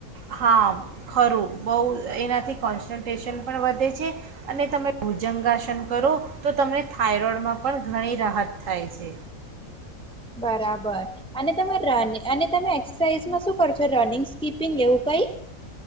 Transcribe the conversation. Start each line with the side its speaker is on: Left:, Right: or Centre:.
Right: હા, ખરું બોવ એનાથી કોન્સન્ટ્રેશન પણ વધે છે અને તમે ભુજંગાસન કરો તો તમને થાઈરોડમાં પણ ઘણી રાહત થાય છે.
Centre: બરાબર અને તમે રન અને તમે એક્સરસાઇઝમાં શું કરો છો રનિંગ, સ્કીપિંગ એવું કઈ?